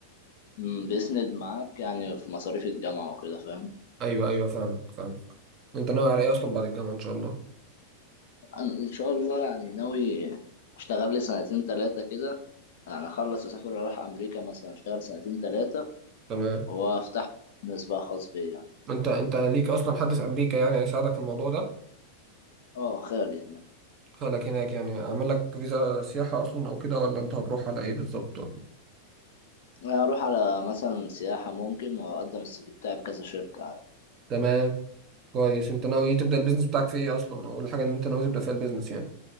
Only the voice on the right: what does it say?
ايوه ايوه فاهمك فاهمك انت ناوي على ايه اصلا بعد الجامعه ان شاء الله
تمام
انت انت ليك اصلا حد في امريكا يعني هيساعدك في الموضوع ده
خلك هناك يعني عمل لك فيزا سياحه اصلا او كده ولا انت هتروح على ايه بالظبط
تمام كويس انت ناوي تبدا البيزنس بتاعك في ايه اصلا اول حاجه ان انت ناوي تبدا فيها البيزنس يعني